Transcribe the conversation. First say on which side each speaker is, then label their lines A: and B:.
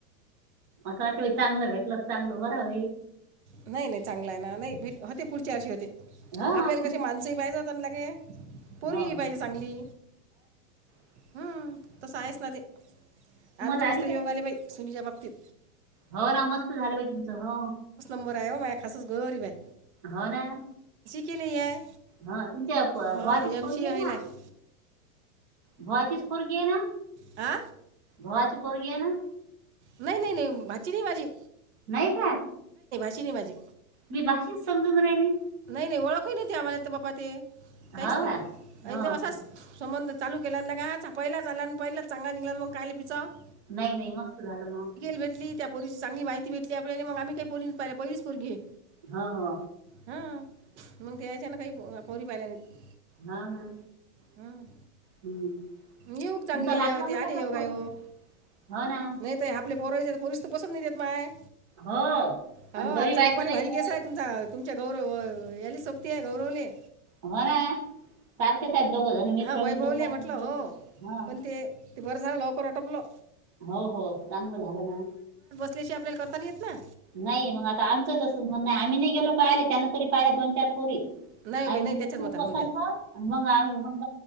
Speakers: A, on the right (about 15°); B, on the right (about 45°).
A: असं वाट चांगलं भेटलं चांगलं बरं
B: नाही नाही चांगला आहे ना नाही भेट होते पुढच्या वर्षी होते
A: हा
B: आपल्याला
A: पुढच्या
B: कशी माणसंही पाहिजात लागे पोर
A: हो
B: घ पाहिजे चांगली
A: रर
B: हं, तसं आहेच ना ते, आमचे
A: आली
B: मस्त
A: काय
B: योग आले बाई, सुनीच्या बाबतीत.
A: हो ना मस्त झालं बाई तुमचं हो.
B: बरंय आहे ओ माय खासस गरीब हाय.
A: हो ना.
B: केले आहे.
A: हा तुमच्या भावाचीच
B: हो एम
A: पोरगी
B: सी ए
A: हाय
B: होईल
A: ना,
B: आहे
A: भावाचीच पोरगी हाय ना?
B: आ?
A: भावाची पोरगी हाय ना?
B: नाही नाही नाही, भाची नाही माझी.
A: नाही काय?
B: ची नाय माझी.
A: मी भाचीच समजून राहिली.
B: नाही नाही ओळखही नाही आम्हाला बा्पा ते काहीच
A: हो
B: नाहीद
A: का हो
B: असाच संबंध <inaudible> चालू केल्यालांत लागा पहिला चाला पहिच चांगा निघला मग कायले फिचाव <inaudible>
A: नाही नाही मस्त झालं मग.
B: भेटली त्या पोरीची चांगली माहितीे भेटली आपल्याले मग आम्ही पोरी <inaudible> पहिली च पोरगी.
A: हा हा.
B: हा, मग त्या यायच्या ना काही पोरी पाहिल्या नाही.
A: हा ना.
B: हम्म
A: हम्म
B: येऊक चांगले
A: तुमचा लागला
B: य
A: नव्हता
B: ते आले
A: का
B: योगायोग,
A: फोन हो ना
B: नाहीत आपल्या पोरास तर पोरीस देत नाय माय,
A: हो
B: हो
A: आणि गरीब
B: आमच्या
A: आहेत
B: गोपाली
A: ना बाई
B: भारी
A: पोरं
B: केस आहे तुमचा तुमच्या गौरव, याले सोबती आहे गौरवले.
A: हो ना, सारखे दोघजण मित्र
B: हां वैभवले
A: मित्र <unintelligible>
B: म्हटलं हो
A: हा
B: पण ते ते बरं झालं लवकर आटपलं.
A: हो हो चांगलं झालं ना.
B: तशी आपल्याला करता नाय येत ना.
A: नाही मग आता आमचं तस म्हण नाही आम्ही नाही गेलो पाहियले त्यांना तरी पाहिला दोन चार
B: नाही हो
A: आम्ही
B: बाई नाही
A: म्हटले
B: त्याच्याच
A: तू
B: मतानं
A: पसंत
B: होऊ द्या
A: कर मग आम्ही मग